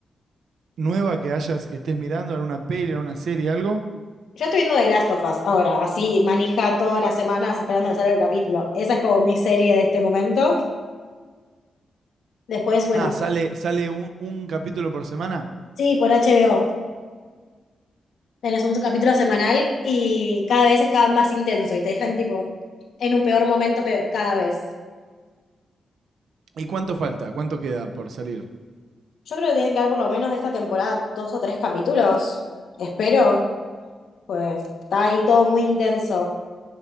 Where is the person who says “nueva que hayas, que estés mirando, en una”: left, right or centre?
Right